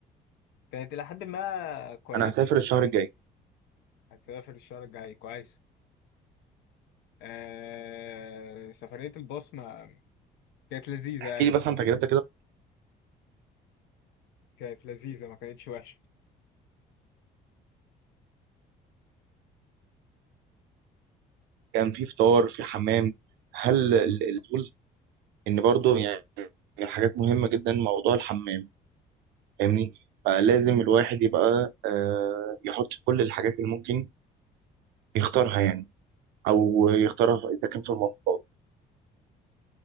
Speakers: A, on the left; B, on the right.
A: كانت الى حد ما كويسه
B: انا هسافر الشهر الجاي
A: هتسافر الشهر الجاي كويس آه... سفرية البصمة كانت لذيذة
B: احكي
A: يعني
B: لي بس
A: كنا-
B: عن تجربتك كده
A: كانت لذيذة ما كانتش وحشة
B: كان في فطار في حمام هل ال- ال- الفضول ان برضو يعني من الحاجات مهمة جدا موضوع الحمام فاهمني فلازم الواحد يبقى آه، يحط كل الحاجات اللي ممكن يختارها يعني او يختارها في- اذا كان في المواصلات